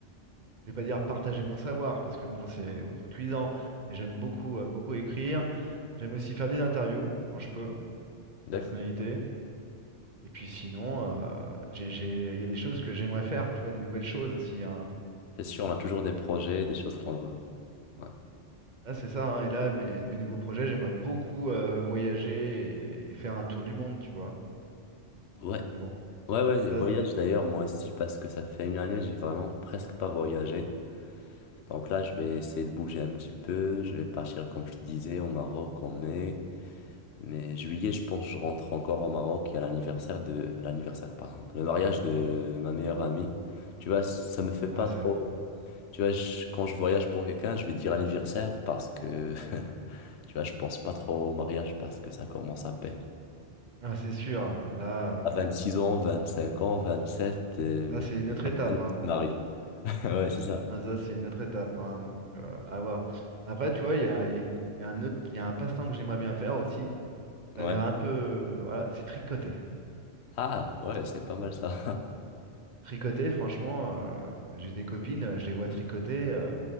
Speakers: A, on the right; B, on the left.
A: Je vais pas dire partager mon savoir parce que bon, c'est outrecuidant, mais j'aime beaucoup, euh, beaucoup écrire. J'aime aussi faire des interviews quand je peux,
B: D'accord.
A: personnalité. Et puis sinon, euh, j'ai, j'ai- il y a des choses que j'aimerais faire, tu vois, des nouvelles choses aussi. hein.
B: C'est sûr, on a toujours des projets, des choses qu'on veut. Ouais.
A: Là, c'est ça. hein. Et là, mes, mes nouveaux projets, j'aimerais beaucoup euh, voyager et, et faire un tour du monde, tu vois.
B: Ouais,
A: Mais bon,
B: ouais, ouais, et
A: ça,
B: voyage d'ailleurs, moi aussi, parce que ça fait une année, j'ai vraiment presque pas voyagé. Donc là, je vais essayer de bouger un petit peu. Je vais partir, comme je te disais, au Maroc en mai. Mais juillet, je pense, je rentre encore au Maroc. Il y a l'anniversaire de... L'anniversaire, pardon. Le mariage de ma meilleure amie. Tu vois, ça me fait pas
A: ah, ça,
B: trop... Tu vois, je- quand je voyage pour quelqu'un, je vais dire anniversaire parce que... <laughs> Tu vois, je pense pas trop au mariage parce que ça commence à peine.
A: ah, c'est sûr. hein. Là,
B: À 26
A: euh,
B: ans, 25 ans, 27, euh,
A: là,
B: mais...
A: c'est une autre
B: <laughs>
A: étape. hein.
B: Marie. <laughs> Ouais, c'est ça.
A: Ah, ça, c'est une autre étape, hein, donc euh, à voir. Après, tu vois, il y a, il y a une- il y a un autre, il y a un passe-temps que j'aimerais bien faire aussi. Ça
B: Ouais.
A: a l'air un peu, voilà, c'est tricoter.
B: Ah, ouais, c'est pas mal ça.
A: Tricoter, franchement, euh, j'ai des copines, euh, je les vois tricoter, euh,